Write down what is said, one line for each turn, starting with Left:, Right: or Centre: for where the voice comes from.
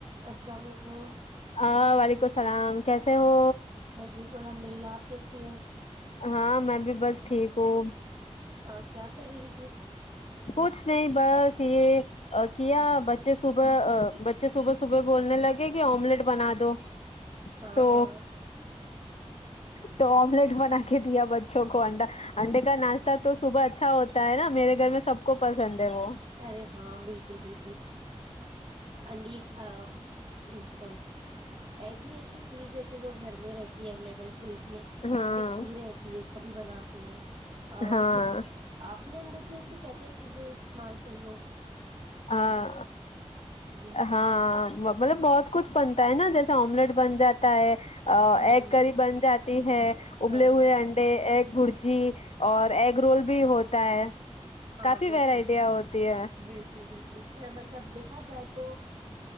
Right: السلام علیکم
Left: ہاں وعلیکم السلام کیسے ہو
Right: ب ٹھیک ہ الحمد للہ آپ کیسی ہو
Left: ہاں میں بھی بس ٹھیک ہوں
Right: اور کیا کر رہی تھی
Left: کچھ نہیں بس یہ کیا بچے صبح بچے صبح صبح بولنے لگے کہ آملیٹ بنا دو
Right: ہاں
Left: تو
Right: ہاں
Left: تو آملیٹ بنا کے دیا بچوں کو انڈا انڈے کا ناشتہ تو صبح اچھا ہوتا ہے نا میرے گھر میں سب کو پسند ہے وہ
Right: ارے ہاں بالکل بالکل انڈ ا <unintelligible> ہ سوری ایگ ہی ایسی چیز ہے کہ جو گھر میں رہتی اویلیبل فریج میں
Left: ہاں
Right: دکھتی رہتی ہے کبھی بناتے ہیں ا
Left: ہاں
Right: آپ نے انڈ <unintelligible> کہے کیا چیزیں اس استعمال کریو
Left: ہاں
Right: ہے
Left: ہاں مطلب بہت کچھ بنتا ہے نا جیسے آملیٹ بن جاتا ہے ا
Right: ہوں
Left: ایک کری بن جاتی ہے ابلے
Right: ہاں
Left: ہوئے
Right: ہاں
Left: انڈے ایک برجی اور ایگ رول بھی ہوتا ہے
Right: ہاں
Left: کافی
Right: بالکل
Left: ورائٹیاں ہوتی ہے
Right: بالکل مطلب دیکھا جائے تو